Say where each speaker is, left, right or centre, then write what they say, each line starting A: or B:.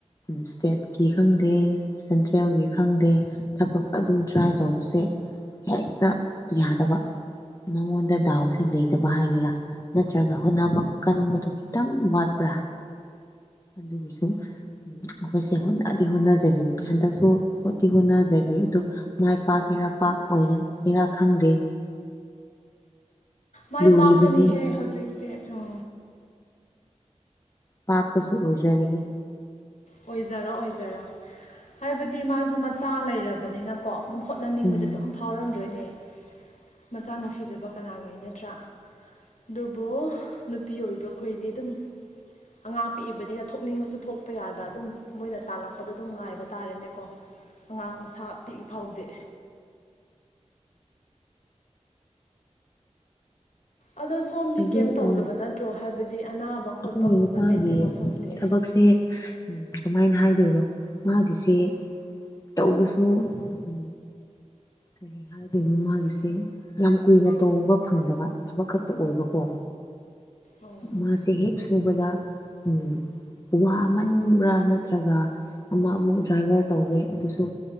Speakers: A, on the left (about 25°); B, on the left (about 75°).
A: ꯏꯁꯇꯦꯠꯀꯤ ꯈꯪꯗꯦ ꯁꯦꯟꯇ꯭ꯔꯦꯜꯒꯤ ꯈꯪꯗꯦ ꯊꯕꯛ ꯑꯗꯨꯝ ꯇ꯭ꯔꯥꯏ ꯇꯧꯕꯁꯦ ꯍꯦꯛꯇ ꯌꯥꯗꯕ ꯃꯉꯣꯟ ꯗ ꯗꯥꯎꯁꯦ ꯂꯩꯇꯕ ꯍꯥꯏꯒꯦꯔꯥ ꯅꯠꯇ꯭ꯔꯒ ꯍꯣꯠꯅꯕ ꯀꯟꯕꯗꯨ ꯈꯤꯇꯪ ꯋꯥꯠꯄ꯭ꯔꯥ ꯑꯗꯨꯒꯤꯁꯨ ꯎ ꯑꯩꯈꯣꯏꯁꯦ ꯍꯣꯠꯅꯗꯤ ꯍꯣꯠꯅꯖꯔꯤꯕꯅꯤ ꯍꯟꯗꯛꯁꯨ ꯍꯤ ꯍꯣꯠꯅꯖꯔꯤ ꯑꯗꯨ ꯃꯥꯏ ꯄꯥꯛꯀꯦꯔꯥ ꯄꯥꯛ ꯑꯣꯏꯔ ꯏꯔꯥ ꯈꯪꯗꯦ
B: ꯃꯥꯏ
A: ꯂꯨꯔꯤꯕꯗꯤ
B: ꯄꯥꯛꯀꯅꯤꯍꯦ ꯍꯧꯖꯤꯛꯇꯤ ꯎ
A: ꯄꯥꯛꯄꯁꯨ ꯑꯣꯏꯖꯔꯒꯦ
B: ꯑꯣꯏꯖꯔꯣ ꯑꯣꯏꯖꯔꯣ ꯍꯥꯏꯕꯗꯤ ꯃꯥꯁꯨ ꯃꯆꯥ ꯂꯩꯔꯕꯅꯤꯅꯀꯣ ꯑꯗꯨꯝ ꯍꯣꯠꯅꯅꯤꯡꯕꯗ
A: ꯎꯝ
B: ꯑꯗꯨꯝ ꯐꯥꯎꯔꯝꯗꯣꯏꯅꯦ ꯃꯆꯥ ꯅꯨꯡꯁꯤꯗꯕ ꯀꯅꯥ ꯂꯩ ꯅꯠꯇ꯭ꯔꯥ ꯑꯗꯨꯕꯨ ꯅꯨꯄꯤ ꯑꯣꯏꯕꯈꯣꯏꯗꯤ ꯑꯗꯨꯝ ꯑꯉꯥꯛ ꯄꯤꯛꯏꯕꯅꯤꯅ ꯊꯣꯛꯅꯤꯡꯉꯁꯨ ꯊꯣꯛꯄ ꯌꯥꯗꯦ ꯑ ꯗ ꯑꯗꯨꯝ ꯃꯣꯏꯅ ꯇꯥꯜꯂꯛꯄꯗꯣ ꯑꯗꯨꯝ ꯉꯥꯏꯕ ꯇꯥꯔꯦꯅꯦꯀꯣ ꯑꯉꯥꯡ ꯃꯁꯥ ꯄꯤꯛꯏ ꯐꯥꯎꯕꯗꯤ ꯑꯗꯣ ꯁꯣꯝꯗꯤ
A: ꯑꯗꯨ
B: ꯀꯩꯝ ꯇꯧꯗꯕ
A: ꯎ
B: ꯅꯠꯇ꯭ꯔꯣ ꯍꯥꯏꯕꯗꯤ ꯑꯅꯥꯕ ꯈꯣꯠꯄꯒꯨꯝꯕ
A: ꯑꯩꯈꯣꯏꯒꯤ ꯅꯨꯄꯥꯒꯤ
B: ꯂꯩꯇꯦꯀꯣ ꯁꯣꯝꯗꯤ
A: ꯊꯕꯛꯁꯦ ꯀꯃꯥꯏꯅ ꯍꯥꯏꯗꯣꯏꯔꯣ ꯃꯥꯒꯤꯁꯤ ꯇꯧꯔꯁꯨ ꯎ ꯀꯔꯤ ꯍꯥꯏꯗꯣꯏꯅꯣ ꯃꯥꯒꯤꯁꯦ ꯌꯥꯝ ꯀꯨꯏꯅ ꯇꯧꯕ ꯐꯪꯗꯕ ꯊꯕꯛ ꯈꯛꯇ ꯑꯣꯏꯕꯀꯣ
B: ꯑꯣ
A: ꯃꯥꯁꯦ ꯍꯦꯛ ꯁꯨꯕꯗ ꯎ ꯋꯥꯃꯟꯕ꯭ꯔꯥ ꯅꯠꯇ꯭ꯔꯒ ꯑꯃꯨꯛ ꯑꯃꯨꯛ ꯗ꯭ꯔꯥꯏꯚꯔ ꯇꯧꯔꯦ ꯑꯗꯨꯁꯨ